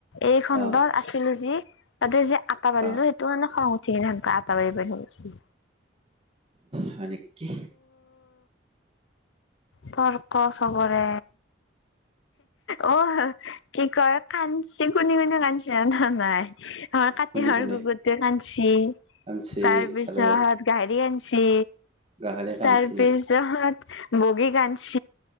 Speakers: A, on the left; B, on the right.
A: এই খণ্ডত
B: অ
A: আছিলো যি তাতে যেি আটা বাাৰিলো
B: অ
A: সেইটো মানে খং উঠিে ধানক আটাাব বাাৰি পাৰৈ
B: হয় নেকি
A: তৰ্ক চবৰে অ কি কয় কাচি কনে কনে কান্চি জনা নাই কাতিহৰ
B: কোনে কোনে
A: গুবৰটোৱে কান্ছি
B: কাঞ্চি
A: তাৰ পিছতাত
B: আৰু
A: গাহৰি আান্ছি
B: গাহৰি কাঞ্চি
A: তাৰপিছ য বগী কানছ